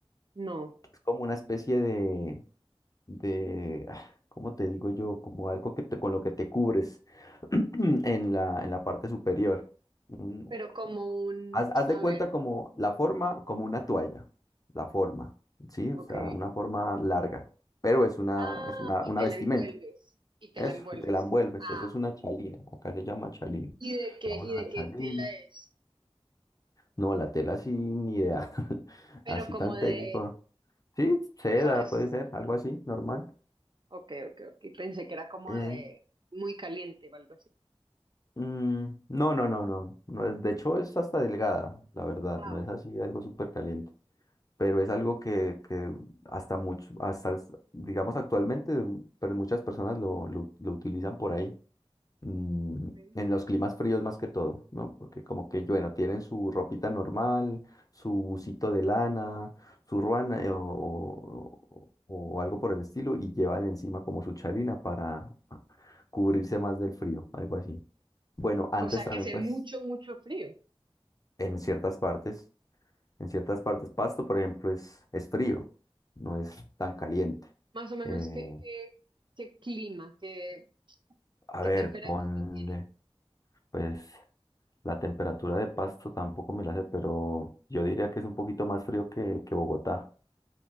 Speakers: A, on the right (about 50°); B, on the left (about 35°).
A: no,
B: que es como una especie de, de, ah, ¿cómo te digo yo? Como algo que te, con lo que te cubres <clears throat> en la, en la parte superior. Un-
A: pero como un...
B: haz, haz
A: A
B: de cuenta
A: ver,
B: como la forma, como una toalla, la forma, ¿sí? O
A: ok.
B: sea, una forma larga, pero es una,
A: Ah,
B: es una,
A: y
B: una
A: te
B: vestimenta,
A: la envuelves, y te
B: eso,
A: la envuelves.
B: y te la envuelves,
A: en- ah,
B: eso es una chalina, acá se llama chalina,
A: ¿Y de qué,
B: llamas
A: y de
B: una chalina,
A: qué tela es?
B: no, la tela sí, ni idea, <laughs>
A: Pero
B: así
A: como
B: tan
A: de...
B: técnico, sí, seda,
A: O sea, es...
B: puede ser, algo así, normal.
A: Ok, ok, ok. Pensé que era como
B: Eh,
A: de muy caliente o algo así.
B: Mm, no, no, no, no, no es, de hecho es hasta delgada, la verdad,
A: Ah,
B: no es así algo súper caliente, pero es algo que, que hasta mucho, hasta, es- digamos actualmente, mm, pero muchas personas lo, lo, lo utilizan por ahí, mm,
A: vale.
B: en los climas fríos más que todo, ¿no? Porque como que, bueno, tienen su ropita normal, su busito de lana, su ruana eh, o, o- o- o algo por el estilo y llevan encima como su chalina para ah, cubrirse más del frío, algo así. Bueno, antes
A: O sea,
B: también,
A: que hace
B: pues,
A: mucho, mucho frío.
B: en ciertas partes, en ciertas partes, Pasto, por ejemplo, es, es frío, no es tan caliente.
A: Más o menos,
B: Eh,
A: ¿qué, qué, qué clima, qué,
B: a
A: qué
B: ver,
A: temperatura
B: ponle,
A: tiene?
B: pues, la temperatura de Pasto tampoco me la sé, pero yo diría que es un poquito más frío que, que Bogotá.